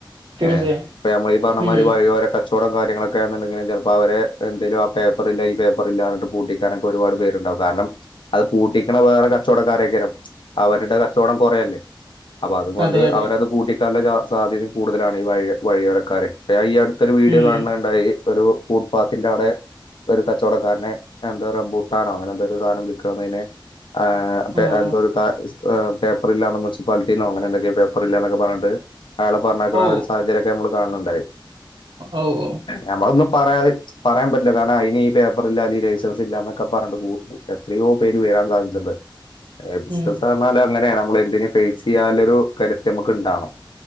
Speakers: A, on the right (about 70°); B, on the left (about 70°).
A: തീർച്ചയായും
B: ഏ പ്പ നമ്മളീ പറഞ്ഞമാതിരി
A: ഉം
B: വഴിയോര കച്ചവടം കാര്യങ്ങളൊ കാര്ണന്തെങ്കിലും ചെലപ്പോ അവരെ എന്തേലും ആ പേപ്പറില്ല ഈ പേപ്പറ്ല്ല എന്നർഞ്ഞിട്ട് പൂട്ടിക്കാനൊക്കെ ഒരുപാട് പേരുണ്ടാവും കാര്ണം അത് പൂട്ടിക്ക്ണ വേറെ കച്ചോടക്കാരയ്ക്കാരം അവരുടെ കച്ചവടം കൊറെയല്ലേ അപ്പൊ അതുകൊണ്ട്
A: അതെ അതെ
B: അവരത് പൂട്ടിക്കാനുള്ള സാധ്യതയും കൂടുതലാണ് ഈ വഴി വഴിയോരക്കാരെ ഈ അടു ടുത്തൊരു വീഡിയോ
A: ഉം
B: കാണണുണ്ടായി ഒരു ഫൂട്പാത്തിന്റെ അവിടെ ഒരു കച്ചവടക്കാരനെ എന്താ പറിയാ ബൂട്ടാനോ അങ്ങനെ എന്തോരു സാധനം വിക്കുന്നതിനെ ആ
A: ആഹ്
B: ഏ എന്തോ ഒരു പേപ്പർല്ലാന്ന് മുൻസിപ്പാലിറ്റീന്നോ അങ്ങനെ എന്തൊക്കെ പേപ്പർ ഇല്ലാന്നൊക്കെ പർഞ്ഞ് ട്ട് അയാളെ പറഞ്ഞ
A: ഓ
B: ഒരു സാഹചര്യക്കെ നമ്മ കാണണ്ടായി
A: ഓ ഓ
B: നമ്മളൊന്നും പറയാതെ പറയാൻ പറ്റില്ല കാരണം അതിന് ഈ പേപ്പർ ഇല്ല അല്ല ഈ ലൈസൻസ് ഇല്ലാന്നൊക്കെ പറഞ്ഞ്ണ്ട് പൂവും എത്രയോ പേര് വെ <unintelligible> ബിസിനസ്
A: ഉം
B: പർഞ്ഞാല് അങ്ങനേണ് നമ്മൾ എന്തിനും ഫേസ് ചെയ്യാനുള്ളൊരു കരുത്ത് നമുക്ക്ണ്ടാവണം